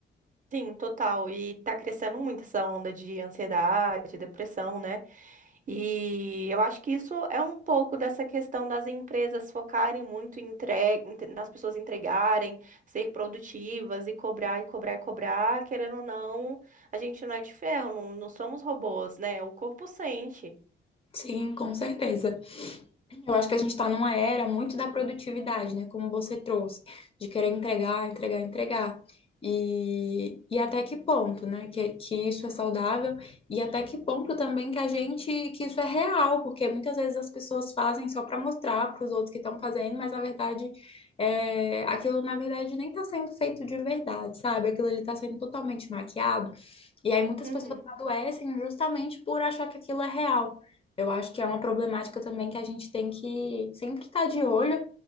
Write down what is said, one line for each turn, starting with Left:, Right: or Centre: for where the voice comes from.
Right: Sim, total. E tá crescendo muito essa onda de ansiedade, depressão, né? E eu acho que isso é um pouco dessa questão das empresas focarem muito em entre... entre- nas pessoas entregarem, ser produtivas e cobrar e cobrar e cobrar. Querendo ou não, a gente não é de ferro, não, não somos robôs, né? O corpo sente.
Left: Sim, com certeza. Eu acho que a gente está numa era muito da produtividade, né? Como você trouxe, de querer entregar, entregar, entregar. E, e até que ponto, né? Que, que isso é saudável e até que ponto também que a gente, que isso é real, porque muitas vezes as pessoas fazem só para mostrar para os outros que estão fazendo, mas na verdade, é, aquilo na verdade nem está sendo feito de verdade, sabe? Aquilo ali está sendo totalmente maquiado. E aí muitas
Right: Uhum.
Left: pessoas adoecem justamente por achar que aquilo é real. Eu acho que é uma problemática também que a gente tem que sempre estar de olho